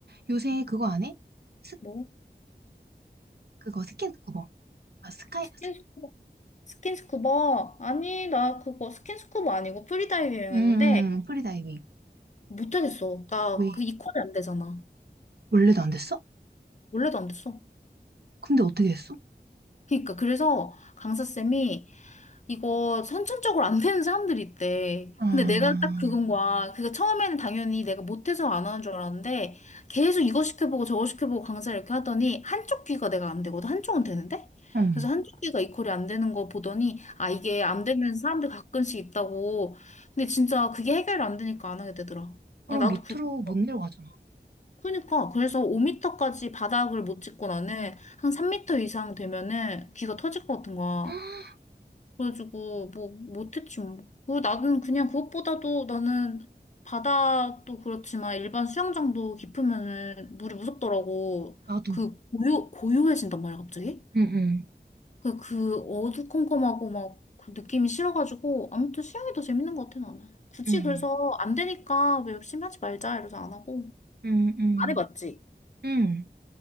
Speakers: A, on the right; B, on the left.
A: 요새 그거 안 해? 스,
B: 뭐?
A: 그거 스킨스쿠버. 아, 스카이,
B: 스킨스쿠버.
A: 스,
B: 스킨스쿠버? 아니, 나 그거 스킨스쿠버 아니고 프리다이빙했는데,
A: 음, 음, 음. 프리다이빙.
B: 못하겠어. 나
A: 왜?
B: 그 이퀄이 안 되잖아.
A: 원래도 안 됐어?
B: 원래도 안 됐어.
A: 근데 어떻게 했어?
B: 그니까, 그래서 강사쌤이 이거 선천적으로 안 되는 사람들이 있대.
A: 아,
B: 근데 내가 딱 그건 거야. 그니까 처음에는 당연히 내가 못해서 안 하는 줄 알았는데 계속 이거 시켜보고 저거 시켜보고 강사를 이렇게 하더니 한쪽 귀가 내가 안 되거든. 한쪽은 되는데?
A: 응.
B: 그래서 한쪽 귀가 이퀄이 안 되는 거 보더니 아 이게 안 되는 사람들 가끔씩 있다고. 근데 진짜 그게 해결이 안 되니까 안 하게 되더라.
A: 그럼
B: 아, 나도
A: 밑으로
B: 그
A: 못
B: 어.
A: 내려가잖아.
B: 그러니까 그래서 5m까지 바닥을 못 찍고 나는 한 3m 이상 되면은 귀가 터질 것 같은 거야.
A: <gasps>
B: 그래가지고 뭐 못했지 뭐. 그 나는 그냥 그것보다도 나는 바다도 그렇지만 일반 수영장도 깊으면은 물이 무섭더라고.
A: 나도.
B: 그 고요 고요해진단 말이야 갑자기.
A: 응, 응,
B: 그, 그 어두컴컴하고 막 그 느낌이 싫어가지고 아무튼 수영이 더 재밌는 것 같아 나는. 굳이
A: 응,
B: 그래서 안 되니까 왜 열심히 하지 말자 이래서 안 하고.
A: 응, 응.
B: 안 해봤지?
A: 응.